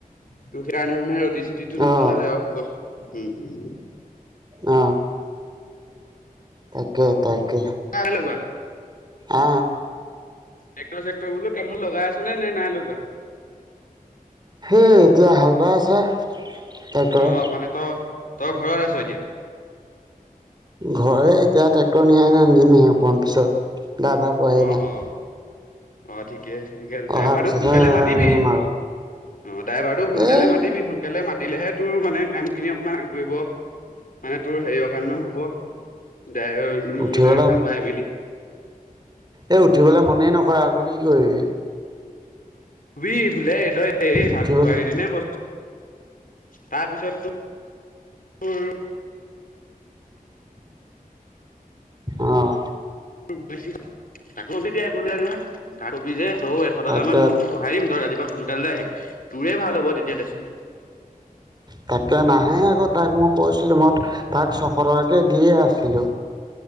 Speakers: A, on the left; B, on the right.
A: ত সেইকাৰণে মানে ৰুত ৰুটিটো নবনালে
B: অ
A: আৰু বত উম উম
B: অহঁ। তাকে তাকে।
A: নাই লগোৱা
B: অ।
A: ট্ৰেক্টৰ চেক্টৰ বোলো কামত লগাই আছ নে নে নাই লগোৱা?
B: সেই এতিয়া হাল বাই আছে ট্ৰেক্টৰে
A: অ মানে তই তই ঘৰত আ- ছ এতিয়া।
B: ঘৰে এতিয়া ট্ৰেক্টৰ নিয়া নাই নিমহে অকমান পিছত ড্ৰাইভাৰ পোৱাহি
A: অ',
B: নাই।
A: অ', অ ঠিকে আছে ঠিকে আছে
B: অহাৰ
A: ড্ৰাইভাৰটো
B: পিছতহে
A: সোনকালে মাতিবি।
B: নিম আৰু
A: অ ড্ৰাইভাৰটো সোনকালে
B: এই
A: মাতিবি, সোনকালে মাতিলেহে তোৰ মানে কাম খিনি অকণমান আগবঢ়িব। মানে তোৰ হেৰিয়ৰ কাৰণেও হ'ব। দাইৰ
B: উঠিবলৈ
A: মানে হাল বাই মেলি।
B: এই উঠিবলৈ মনেই নকৰে আকৌ কি কৰিবি।
A: বি বোলে তই এই হাল
B: উঠিব
A: বোৱাই দিনা কছো তাৰপিছত তোৰ তোৰ
B: অহ।
A: বেছি তাকবিতে <unintelligible> কাকবি যে তৌ এশ টকামান
B: তাকে
A: মই তোক বঢ়াই দিম, তই ৰাতিপুৱা সোনকালে আহিবি তোৰে ভাল হ'ব তেতিয়া দেচোন।
B: তাকে
A: উম,
B: নাহে আকৌ তাক মই কৈছিলো। মই তাক সৰহকে দিয়ে আছিলোঁ।